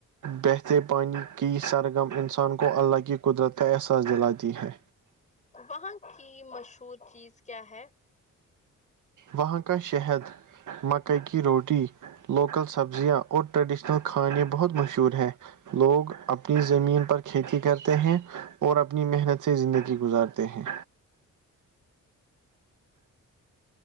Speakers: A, on the right; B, on the left.
A: بہتے پانی کی سرگرم انسان کو اللہ کی قدرت کا احساس دلاتی ہے
B: وہاں کی مشہور چیز کیا ہے
A: وہاں کا شہد مکئی کی روٹی لوکل سبزیاں اور ٹریڈیشنل کھانے بہت مشہور ہیں لوگ اپنی زمین پر کھیتی کرتے ہیں اور اپنی محنت سے زندگی گزارتے ہیں